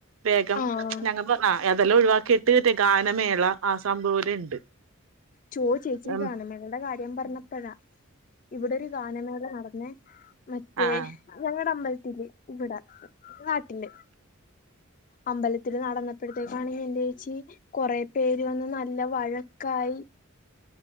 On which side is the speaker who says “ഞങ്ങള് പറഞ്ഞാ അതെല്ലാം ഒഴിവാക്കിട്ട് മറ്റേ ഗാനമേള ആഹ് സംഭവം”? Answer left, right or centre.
Right